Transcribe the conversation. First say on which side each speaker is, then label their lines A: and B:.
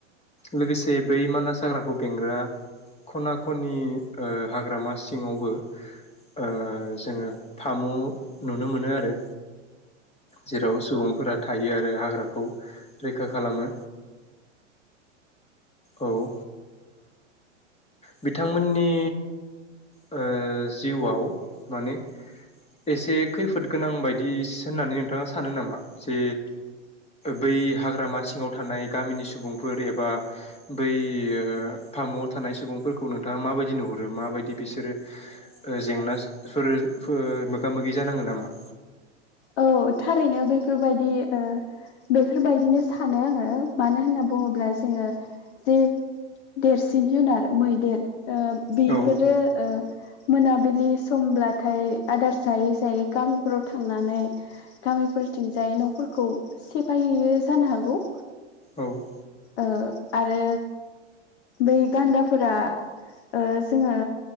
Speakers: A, on the left; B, on the left.
A: लोगोसे बै मानास हाग्राखौ बेंग्रा खना खनि ओ हाग्रामा सिङावबो ओ जोङो फामु नुनो मोनो आरो जेराव सुबुंफोरा थायो आरो हाग्राखौ रैखा खालामो। औ-ओ बिथांमोननि ओ जिउआव माने एसे खैफोद गोनां बायदि सो होननानै नोंथाङा सानो नामा? जे
B: <inaudible>
A: बै हाग्रामा सिङाव थानाय गामिनि सुबुंफोर एबा बै मुवाव थानाय सुबुंफोरखौ नोंथाङा माबायदि नुहुरो माबायदि बिसोरो ओ जेंनासफोर फो मोगा मोगि जानाङो नामा?
B: औ थारैनो बेफोरबायदि ओ बेफोरबायदिनो सानो आङो मानो होनना बुङोब्ला जोङो जे देरसिन जुनार मैदेरओ बेफोरो
A: औ
B: ओ मोनाबिलि समब्लाथाय आदार जायै जायै गामिफोराव थांनानै गामिफोरथिंजाय न'फोरखौ सेफायहैयो जानो हागौ।
A: औ
B: औ आरो बै गान्दाफोरा ओ जोङो